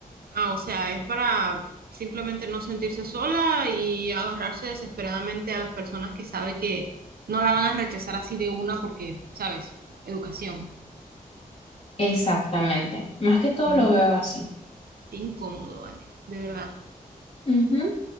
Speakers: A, on the right; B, on the left.
A: Ah, o sea, es para simplemente no sentirse sola y agarrarse desesperadamente a las personas que sabe que no la van a rechazar así de una porque, ¿sabes? Educación.
B: exactamente. Más que todo
A: Mm,
B: lo veo así.
A: qué incómodo, vale. De verdad.
B: Ujú.